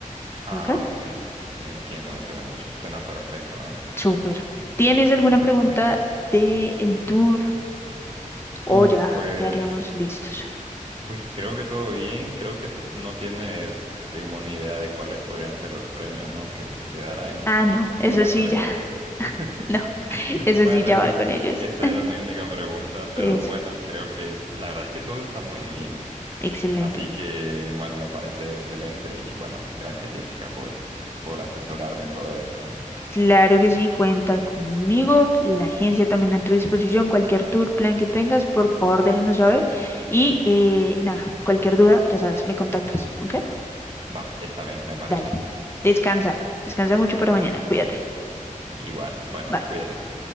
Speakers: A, on the right; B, on the left.
A: Ah,
B: Ok,
A: ok. Entiendo, Once de la noche. Suena perfecto, ¿eh?
B: súper. ¿Tienes alguna
A: Suena
B: pregunta
A: muy bien.
B: de el tour
A: Uf,
B: o ya
A: pues,
B: quedaríamos listos?
A: pues creo que todo bien. Creo que no tienes así como una idea de cuáles podrían ser los premios, ¿no? Que quedarán
B: Ah, no, eso
A: por las
B: sí
A: preguntas.
B: ya,
A: <laughs>
B: <laughs> no, eso
A: Bueno,
B: sí ya
A: esa
B: va
A: es-
B: con ellos.
A: esa era mi única pregunta, pero
B: Es
A: bueno, creo que la verdad es que todo está muy bien.
B: excelente.
A: Así que, bueno, me parece excelente y bueno, gracias Jessica por, por asesorarme en todo esto, ¿eh?
B: Claro que sí, cuenta conmigo, la agencia también a tu disposición, cualquier tour, plan que tengas, por favor déjanos saber y eh, nada, cualquier duda, ya sabes, me contactas, ¿ok?
A: Va, está bien, me parece.
B: Dale, descansa, descansa mucho para mañana, cuídate,
A: Igual, bueno,
B: bye.
A: cuídate.